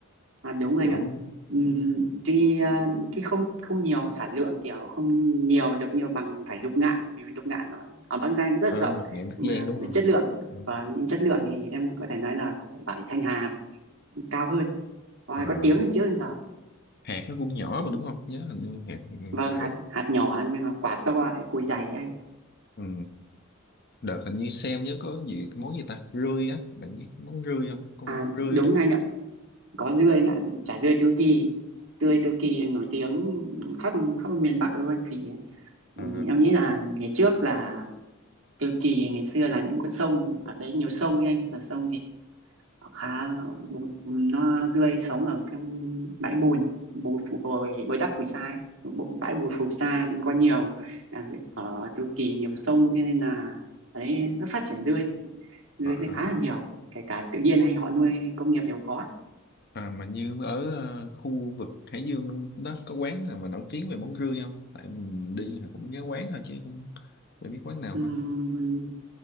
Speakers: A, on the right; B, on the left.
A: À, đúng anh
B: kiểu
A: ạ. Ừm,
B: đúng.
A: tuy à, tuy không không nhiều sản lượng kiểu không nhiều được như bằng vải lục ngạn vì lục ngạn nó ở Bắc Giang rất là
B: ờ,
A: rộng
B: lục ngạn Bắc
A: mà
B: Giang đúng
A: về
B: không
A: chất lượng
B: Ờ,
A: và những chất lượng thì em có thể nói là vải, vải Thanh Hà cao hơn và
B: ờ,
A: có tiếng thì trước đến giờ
B: hạt nó cũng nhỏ
A: Ừ.
B: mà đúng không nhớ hình như hạt ừ,
A: vâng
B: vải
A: hạt hạt nhỏ nhưng mà quả to lại cùi dày anh
B: ừ. đợt hình như xem nhớ có gì cái món gì ta rươi á bạn biết món rươi không con
A: à
B: rươi
A: đúng
B: đúng
A: anh
B: không
A: ạ có dươi anh ạ chả dươi Tứ Kỳ tươi Tứ Kỳ nổi tiếng khắp khắp miền Bắc luôn vì ừ,
B: Ờ,
A: em nghĩ là ngày trước là Tứ Kỳ ngày xưa là những con sông ở đấy nhiều sông ấy anh mà sông thì nó khá bùn- nó rươi sống ở cái bãi bùn bù phù bồi bồi đắp phù sa ấy. Bộ- bãi bùn phù sa nên có nhiều là dự- ở Tứ Kỳ nhiều sông thế nên là đấy rất phát triển rươi rươi
B: à,
A: thì khá là nhiều kể cả tự nhiên hay họ nuôi công nghiệp đều có
B: à mà như ở ờ, khu vực Hải Dương đó có quán nào mà nổi tiếng về món rươi không tại mình đi là cũng nhớ quán thôi chứ cũng phải biết quán nào
A: Ừm,
B: không